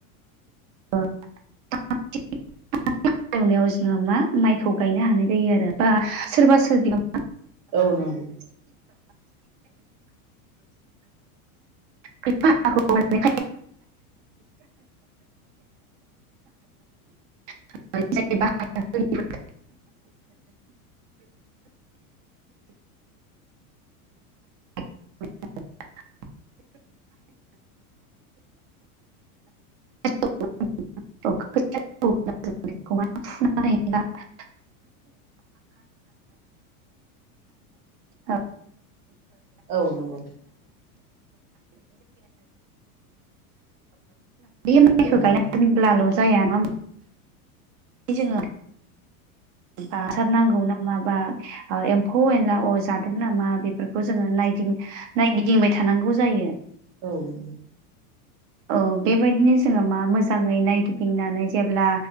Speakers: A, on the right (about 50°); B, on the right (about 90°).
A: <unintelligible> एवनायाव जोङो मा माइखौ गायनो हानाय जायो आरो बा सोरबा सोरबियाव
B: औ नंगौ
A: खायफा हाखौ माने <unintelligible> <unintelligible> <unintelligible> <unintelligible> <unintelligible> <unintelligible> <unintelligible>
B: औ नंगौ
A: माइखौ
B: औ
A: गायना
B: नंगौ
A: दोनब्लाल' जाया नङा जोङो बा हासार नांगौ नामा बा एम्फौ एनला अ जादों नामा बेफोरखौ जोङो नायदिं नायगिदिंबाय थानांगौ जायो
B: औ नंगौ।
A: औ बेबायदिनो जोङो मा मोजाङै नायगिदिंनानै जेब्ला